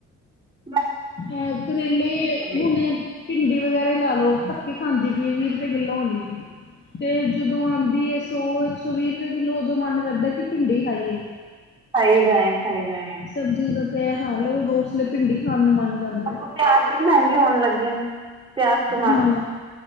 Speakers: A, on the right; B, on the left.
A: <unintelligible>
B: ਅ ਕਰੇਲੇ ਹੁਣ
A: ਏ
B: ਭਿੰਡੀ ਵਗੈਰਾ ਹੀ ਲਾ ਲਓ, ਧੱਕੇ ਖਾਂਦੀ। ਵੀਹ ਰੁਪਏ ਕਿੱਲੋ ਹੋਣੀ, ਤੇ ਜਦੋਂ ਆਦੀ ਏ ਸੌ ਇੱਕ ਸੌ ਵੀਹ ਰੁਪਏ ਕਿੱਲੋ ਉਦੋਂ ਮਨ ਕਰਦਾ, ਕਿ ਭਿੰਡੀ ਹੀ ਖਾਈਏ।
A: ਖਾਈ ਜਾਏ, ਖਾਈ ਜਾਏ।
B: ਸਬਜ਼ੀਆਂ ਦਾ ਤੇ ਇਹ ਹਾਲ ਉਸਲੇ ਭਿੰਡੀ ਖਾਣ ਨੂੰ ਮਨ ਕਰਦਾ
A: ਅੋ ਪਿਆਜ ਵੀ ਮਹਿੰਗੇ ਹੋਣ ਲੱਗੇ ਨੇ। ਪਿਆਜ਼ ਟਮਾਟਰ,
B: ਹਾਂ